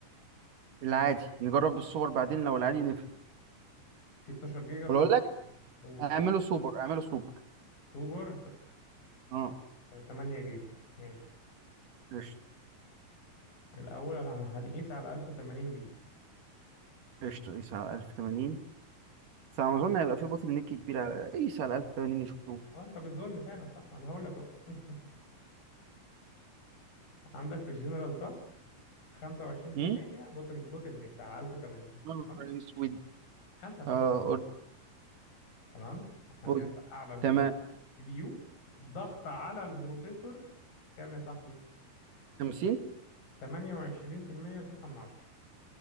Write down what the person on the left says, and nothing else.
في 12 جيجا وستة
جيجا قول
سوبر ت-
تمانية جيجا ماشي
الأول أنا هنقيس على ألف وتمانين بي
أه أنت بتظن فعلا صح أنا هقول لك أهو <laughs> عندك في الجنرال تاسك خمسة وعشرين في
المية بوتل بوتل نيك ده على ألف وتمانين
تمام
خمسة وعشرين
في المية
تمام عندنا
بقى على
بيو ضغط على البروسيسور كام يا صاحبي
28% و9 من عشرة